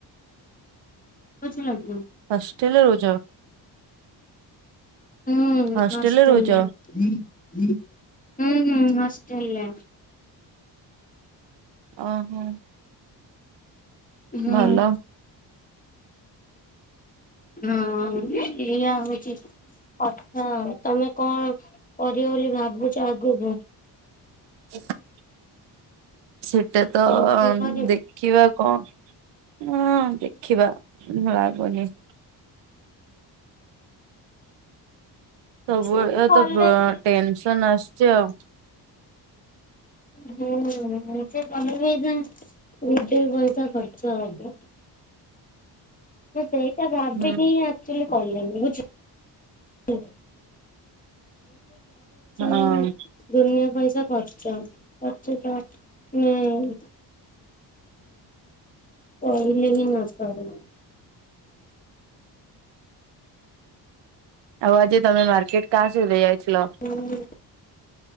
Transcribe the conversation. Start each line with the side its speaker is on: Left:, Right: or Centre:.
Left: ବୁଝିଲ କି?
Right: ହଷ୍ଟେଲ ରହୁଚ।
Left: ହୁଁ
Right: ହଷ୍ଟେଲରେ
Left: ନଷ୍ଟ
Right: ରହୁଛ
Left: ହେଲା। <inaudible> ହୁଁ ହୁଁ ନଷ୍ଟ ହେଲା।
Right: ଓହୋ।
Left: ହୁଁ।
Right: ଭଲ
Left: ହଁ ଏଇଆ ଅନୁଚିତି। ଆଚ୍ଛା ତମେ କଣ କରିବ ବୋଲି ଭାବୁଛ ଆଗକୁ?
Right: <unintelligible> ସେଟା ତ
Left: ଏମ୍ ସି ଏ କରିବ?
Right: ଦେଖିବା କଣ ହୁଁ ଦେଖିବା ଲାଗୁନି। ସବୁବେଳେ
Left: ସେ ବି କଲେ
Right: ତ
Left: ବି
Right: ଟେନସନ ଆସୁଛି ଆଉ।
Left: ହଁ ସେ କଲେବି ଏଇ ନା ମିଟିଙ୍ଗି ପଇସା ଖର୍ଚ୍ଚ ହବ। ମୁଁ ସେଇଟା ଭାବିକି
Right: ହୁଁ
Left: ହିଁ ଆସିଥିଲି କହିବାକୁ ବୁଝିଲୁ
Right: ହଁ
Left: <unintelligible> ଦୁନିଆ ପଇସା ଖର୍ଚ୍ଚ ଅଛି ତ ହୁଁ। କହିଲେ ବି ନସରେ।
Right: ଆଉ ଆଜି ତମେ ମାର୍କେଟ କାହା ସହିତ ଯାଇଥିଲ?
Left: ହୁଁ।